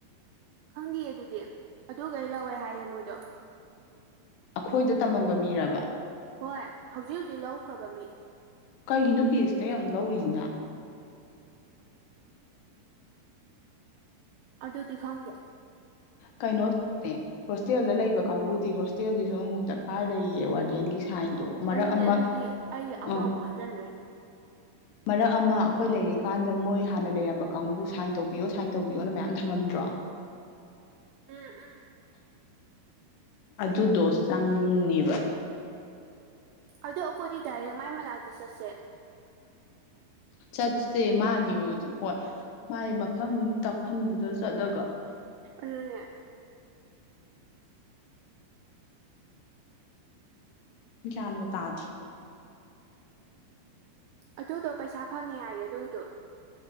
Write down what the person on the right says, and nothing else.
ꯈꯪꯗꯦꯌꯦ ꯑꯗꯨꯗꯤ ꯑꯗꯨ ꯒꯩ ꯂꯧꯋꯦ ꯍꯥꯏꯌꯦ ꯃꯣꯏꯗꯣ
ꯍꯣꯏ ꯍꯧꯖꯤꯛ ꯍꯧꯖꯤꯛ ꯂꯧꯈ꯭ꯔꯕ ꯃꯤ
ꯑꯗꯨꯗꯤ ꯈꯪꯗꯦ
ꯑꯗꯨꯅꯦ
ꯑꯗꯨꯗꯤ ꯑꯩ ꯑꯃꯃꯨꯛ
ꯍꯥꯞꯆꯤꯟꯗꯣꯏꯅꯦ
ꯎꯝ ꯎꯝ
ꯑꯗꯣ ꯑꯩꯈꯣꯏꯗꯤ ꯗꯥꯏꯔꯦꯛ ꯃꯥꯏ ꯃꯅꯥꯛꯇ ꯆꯠꯁꯦ
ꯑꯗꯨꯅꯦ
ꯑꯗꯨꯗꯣ ꯄꯩꯁꯥ ꯐꯪꯉꯦ ꯍꯥꯏꯌꯦ ꯑꯗꯨꯗꯣ